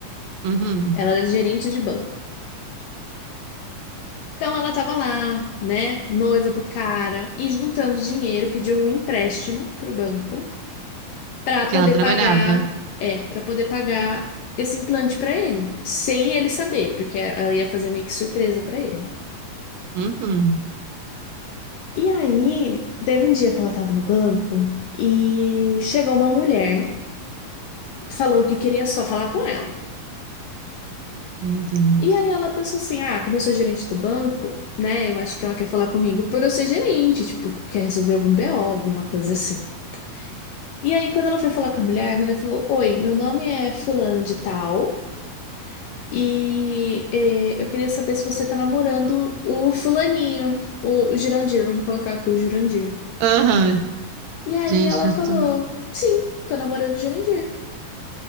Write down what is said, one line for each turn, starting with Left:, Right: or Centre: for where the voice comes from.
Right: Uhum.
Left: Ela era gerente de banco. Então ela tava lá, né, noiva do cara, e juntando dinheiro, pediu um empréstimo pro banco pra poder
Right: Que ela trabalhava.
Left: pagar, é, para poder pagar esse implante pra ele, sem ele saber, porque ela ia fazer meio que surpresa pra ele.
Right: Uhum.
Left: E aí, teve um dia que ela tava no banco e chegou uma mulher, falou que queria só falar com ela.
Right: Meu Deus.
Left: E aí ela pensou assim: "Ah, como eu sou gerente do banco, né, eu acho que ela quer falar comigo por eu ser gerente, tipo, quer resolver algum BO, alguma coisa assim". E aí, quando ela foi falar com a mulher, a mulher falou: Oi, meu nome é fulano de tal e eh, eu queria saber se você tá namorando o fulaninho, o, o Jurandir, vamos colocar aqui o Jurandir.
Right: Aham.
Left: E aí
Right: Gente,
Left: ela falou:
Right: eu tô.
Left: Sim, tô namorando o Jurandir.